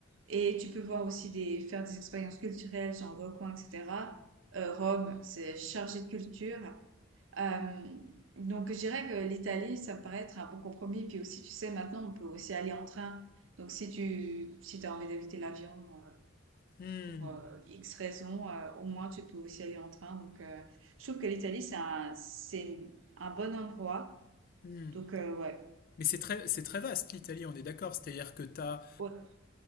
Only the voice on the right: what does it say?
et tu peux voir aussi des faire des expériences culturelles, genre volcans, etc. Euh, Rome, c'est chargé de culture. Euh, donc je dirais que l'Italie, ça me paraît être un bon compromis. Puis aussi, tu sais, maintenant, on peut aussi aller en train. Donc si tu si t'as envie d'éviter l'avion euh,
pour euh, X raisons, euh, au moins tu peux aussi aller en train. Donc euh, je trouve que l'Italie, c'est un, c'est une- un bon endroit.
Donc, euh, ouais.
Ouais.